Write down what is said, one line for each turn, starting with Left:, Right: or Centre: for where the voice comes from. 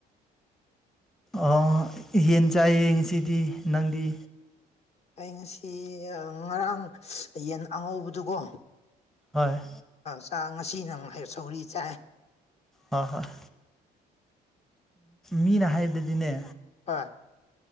Centre: ꯑꯣ ꯌꯦꯟ ꯆꯥꯏꯌꯦ ꯉꯁꯤꯗꯤ ꯅꯪꯗꯤ
Left: ꯑꯩ ꯉꯁꯤ ꯉꯔꯥꯡ ꯌꯦꯟ ꯑꯉꯧꯕꯗꯨꯀꯣ
Centre: ꯃꯅꯤ
Left: ꯆꯥꯛ ꯉꯁꯤꯅꯃꯨꯛ ꯁꯧꯒꯔꯤ ꯆꯥꯏ
Centre: ꯍꯣꯏ ꯍꯣꯏ ꯃꯤꯅ ꯍꯥꯏꯕꯗꯗꯤꯅꯦ
Left: ꯍꯣꯏ